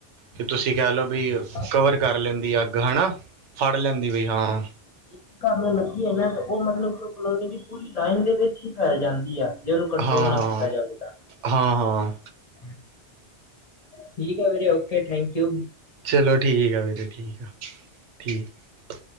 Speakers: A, on the right; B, on the left.
A: ਕਿ ਤੁਸੀਂ ਕੈ ਲਓ ਵੀ
B: ਹਾਂ
A: ਕਵਰ ਕਰ ਲੈਂਦੀ ਅੱਗ ਹਨਾ, ਫੜ ਲੈਂਦੀ ਵੀ ਹਾਂ
B: ਇੱਕ ਘਰ ਨੂੰ ਲੱਗੀ ਹੈਨਾ ਤੇ ਓ ਮਤਲਬ ਕੇ ਕਲੋਨੀ ਚ ਪੂਰੀ ਲਾਈਨ ਦੇ ਵਿੱਚ ਹੀ ਫੈਲ ਜਾਂਦੀ ਆ, ਜੇ ਓਨੂੰ ਕੰਟਰੋਲ
A: ਹਾਂ
B: ਨਾ
A: ਹਾਂ
B: ਕੀਤਾ ਜਾਵੇ ਤਾਂ
A: ਹਾਂ -ਹਾਂ।
B: ਹ ਠੀਕ ਏ ਵੀਰੇ, ਓਕੇ ਥੈਂਕ ਯੂ।
A: ਚਲੋ ਠੀਕ ਆ, ਵੀਰੇ ਠੀਕ ਆ, ਠੀਕ।